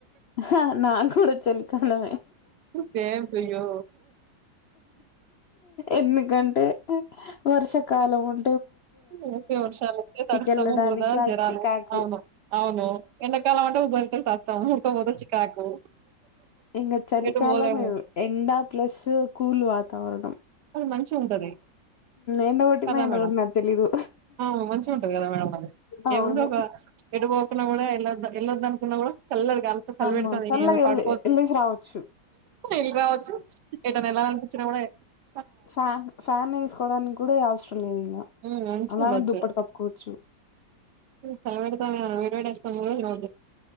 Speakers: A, on the left (about 80°); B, on the right (about 70°).
A: హా నాకూడా చలి హలో
B: సేమ్ టు యూ
A: ఎందుకంటే వర్షాకాలం ఉం
B: ఊకె వర్షాలొచ్చి తడుస్తాము
A: వెళ్ళడానికి
B: బురద
A: ఆ
B: జరాలు
A: చికాకు
B: అవును అవును వెనకాల అటు బో సకుతము చికాకు
A: ఇంగ చలికాలమ్
B: ఎటు పోలేము
A: ఎండ ప్లస్ కూల్ తడవడం
B: అన్ మంచి ఉంటది
A: ఎండ కొట్టినా
B: కదా
A: ఎండ
B: మేడం
A: కొట్టినట్టు తెలీదు
B: ఆమ్ మంచిగుంటది కదా మేడం
A: అవును
B: ఏముంది ఒక ఎటుపోతున్న కూడా ఎలోద్ ఎల్లోదనుకున్న కూడా చల్లదు కా చల్లి
A: అమ్మ
B: పెెడతాను
A: చల్లగా
B: నే ఏమి పాడుకోవచ్చదు
A: ఎళ్ళి ఎళ్ళేసి రావచ్చు
B: ఇళ కావచ్చు ఎదనాలాలనిపించినా కూడా <unintelligible>
A: ఫ్యాన్ ఫ్యానేసుకోవడానికి కూడా అవసరం లేదు ఇంగ
B: హ్మ్ మంచి
A: అలానే
B: గుండొచ్చు
A: దుప్పటి కప్పుకోవచ్చు
B: చలి పెడతా ఆ